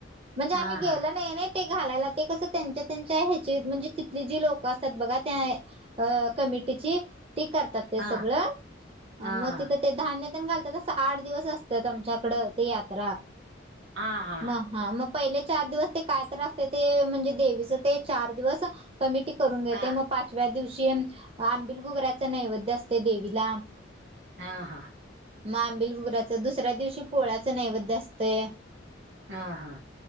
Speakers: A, on the right; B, on the right.
A: म्हणजे
B: हां,
A: आम्ही गेलो
B: हां.
A: नाही नाही ते घालायला ते कस त्यांच्या त्यांच्या ह्याचे म्हणजे तिथले जे लोक असतात बघा त्या अ कमिटीची ती करतात ते
B: हां,
A: सगळं
B: हां,
A: मग तिथं ते धान्य घालतात आठ दिवस असत आमच्याकड ते यात्रा
B: हां.
A: म ह मग पहिले चार दिवस ते काय तर असते ते म्हणजे देवीच ते चार दिवस कमिटी करून घेते
B: हां,
A: मग पाचव्या शेण आंबिल गुगराच नैवेद्य असते देवीला.
B: हा हा
A: मांबिल बुगराच दुसऱ्या दिवशी पोळ्याचं नैवद्य असतंय.
B: ह हा